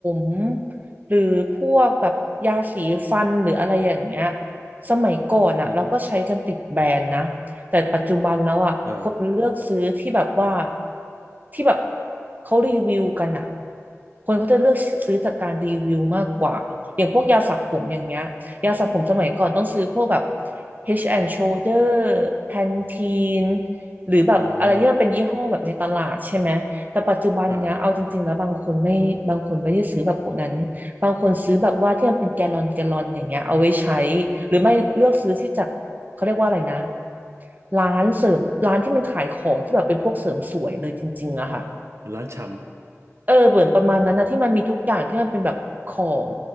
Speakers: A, on the right; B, on the right.
A: มหรือพวกแบบยาสีฟันหรืออะไรอย่างเงี้ยสมัยก่อนอ่ะเราก็ใช้กันติดแบรนด์นะแต่ปัจจุบันแล้วอ่ะคนเลือกซื้อที่แบบว่า
B: อือฮึอ่า
A: ที่แบบเขารีวิวกันอ่ะคนเขาจะเลือกซื้อจากการรีวิวมากกว่าอย่างพวกยาสระผมอย่างเงี้ย ยาสระผมสมัยก่อนต้องซื้อพวกแบบ Head and Shoulder Pantene หรือแบบอะไรที่มันเป็นยี่ห้อแบบในตลาดใช่ไหม
B: อ่า
A: แต่ปัจจุบันเนี้ยเอาจริงๆแล้วบางคนไม่บางคนไม่ได้ซื้อแบบพวกนั้น
B: อ่า
A: บางคนซื้อแบบว่าที่มันเป็นแกลลอนแกลลอนอย่างเงี้ยเอาไว้ใช้ หรือไม่เลือกซื้อที่จากเขาเรียกว่าอะไรนะร้านเสริมร้านที่มันขายของที่แบบเป็นพวกเสริมสวยเลยจริงๆอะค่ะ
B: ร้านช
A: เออเหมือนประมาณนั้นนะที่มันมีทุกอย่างที่มันเป็นแบบของ